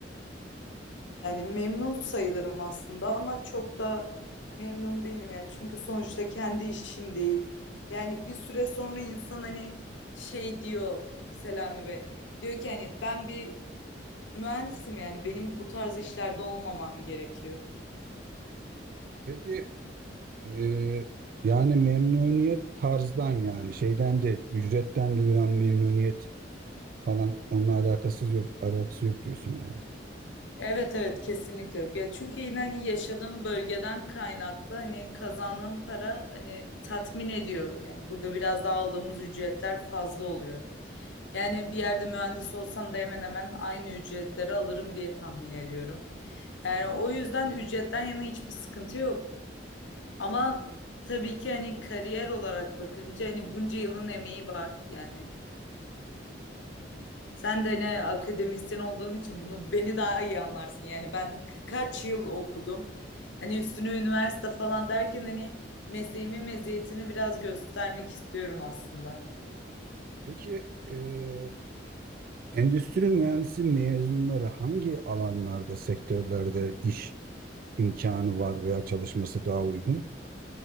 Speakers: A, on the left; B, on the right.
A: Yani memnun sayılırım aslında ama çok da memnun değilim ya. Çünkü sonuçta kendi işim değil. Yani bir süre sonra insan hani şey diyor Selami Bey. Diyor ki hani ben bir mühendisim yani benim bu tarz işlerde olmamam gerekiyor.
B: Peki e, yani memnuniyet tarzdan yani şeyden değil, ücretten duyulan memnuniyet falan onunla alakasız yok, alakası yok diyorsun yani.
A: Evet evet kesinlikle yok. Ya çünkü yine hani yaşadığım bölgeden kaynaklı hani kazandığım para hani tatmin ediyor. Yani burada biraz daha aldığımız ücretler fazla oluyor. Yani bir yerde mühendis olsam da hemen hemen aynı ücretleri alırım diye tahmin ediyorum. Yani o yüzden ücretten yana hiçbir sıkıntı yok. Ama tabii ki hani kariyer olarak bakınca hani bunca yılın emeği var. Yani sen de ne akademisyen olduğun için bunu beni daha iyi anlarsın. Yani ben k- kaç yıl okudum. Hani üstüne üniversite falan derken hani mesleğimin meziyetini biraz göstermek istiyorum aslında.
B: Peki e, endüstri mühendisi mezunları hangi alanlarda, sektörlerde iş imkanı var veya çalışması daha uygun?